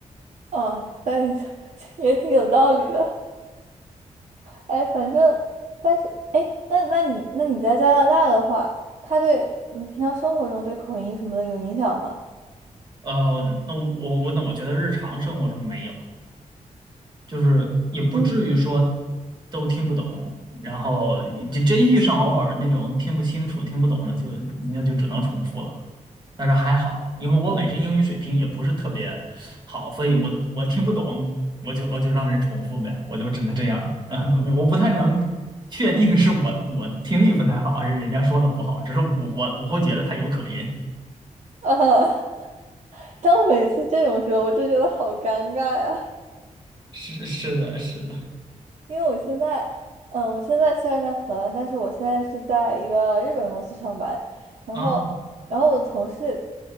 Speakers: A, on the right; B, on the right.
A: 哦，但也 <laughs> 也挺有道理的。哎，反正，但是，哎，那那你那你在加拿大的话，他对你平常生活中对口音什么的有影响吗？
B: 呃，那我我那我觉得日常生活中没有。就是也不至于说都听不懂，
A: 嗯
B: 然后就真遇上偶尔那种听不清楚、听不懂的就，那就只能重复了。但是还好，因为我本身英语水平也不是特别好，所以我我听不懂，
A: 嗯，
B: 我就我就让人重复呗，我就只能这样。<laughs> 嗯我不太能确定是我我听力不太好，还是人家说的不好，只是我我会觉得他有口音。
A: 啊，<laughs> 当每次这种时候，我就觉得好尴尬呀。
B: <laughs> 是是的，是的
A: 因为我现在，嗯，我现在虽然在荷兰，但是我现在是在一个日本公司上班，然后，
B: 啊。
A: 然后我的同事